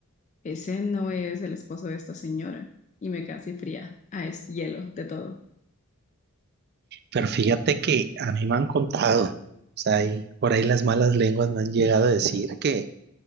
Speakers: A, on the left; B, on the right.
A: ese no es el esposo de esta señora. Y me quedé así fría. Ah, es hielo de todo.
B: Pero fíjate que a mí me han contado, o sea, y por ahí las malas lenguas me han llegado a decir que